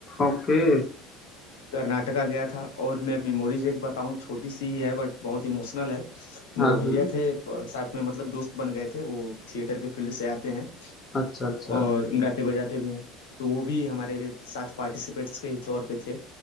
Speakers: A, on the left; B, on the left.
A: ओके।
B: कर्नाटका गया था और मैं मेमोरीज एक बताऊं छोटी सी ही है बट बहुत इमोशनल है मेरे
A: हाँ,
B: भैया
A: हाँ।
B: थे प- साथ में मतलब दोस्त बन गए थे वो थिएटर के फील्ड से आते हैं
A: अच्छा, अच्छा।
B: और गाते बजाते भी हैं तो वो भी हमारे साथ पार्टिसिपेट्स के ही तौर पे थे